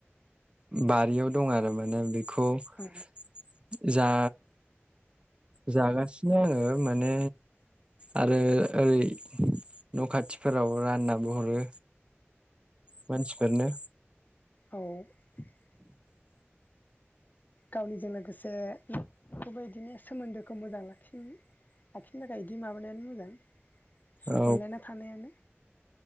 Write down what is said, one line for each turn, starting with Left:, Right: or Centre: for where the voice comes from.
Right: बारियाव दं आरो माने बेखौ खौ
Left: औ
Right: जा जागासिनो आङो माने आरो ओरै न खाथिफोराव राननाबो हरो। मानसिफोरनो।
Left: औ। <unintelligible> गावनिजों लोगोसेखौबो बिदिनो सोमोन्दोखौ मोजां लाखि लाखिनो थाखाय इदि माबानायानो मोजां। अनलायना
Right: औ
Left: थानायानो।